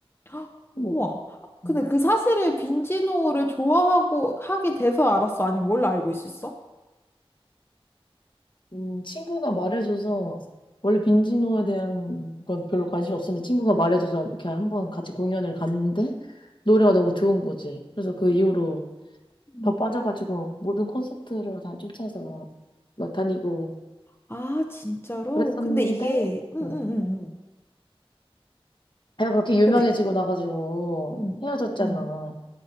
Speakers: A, on the left (about 25°); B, on the left (about 55°).
A: 헉!
B: 뭐,
A: 우와. 근데
B: 음,
A: 그 사실을 빈지노를 좋아하고 하게 돼서 알았어. 아니, 원래 알고 있었어?
B: 음, 친구가 말해줘서, 원래 빈지노에 대한 건 별로 관심이 없었는데, 친구가 말해줘서 이렇게 한번 같이 공연을 갔는데, 노래가 너무 좋은 거지. 그래서 그 이후로
A: 음.
B: 더 빠져가지고 모든 콘서트를 다 쫓아서 막 다니고
A: 아, 진짜로?
B: 그랬었는데
A: 근데 이게, 응,
B: 음.
A: 응, 응, 응.
B: 내가 그렇게 유명해지고
A: 근데,
B: 나가지고
A: 응,
B: 헤어졌잖아.
A: 응.